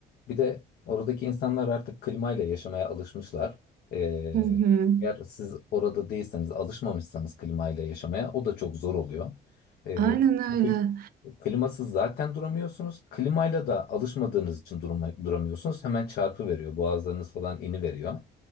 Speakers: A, on the left (about 60°); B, on the right (about 60°).
A: Bir de oradaki insanlar artık klimayla yaşamaya alışmışlar. E,
B: hı hı.
A: eğer siz orada değilseniz, alışmamışsanız klimayla yaşamaya o da çok zor oluyor. E,
B: Aynen öyle
A: çünkü Klimasız zaten duramıyorsunuz. Klimayla da alışmadığınız için durma, duramıyorsunuz. Hemen çarpı veriyor. Boğazlarınız falan ini veriyor.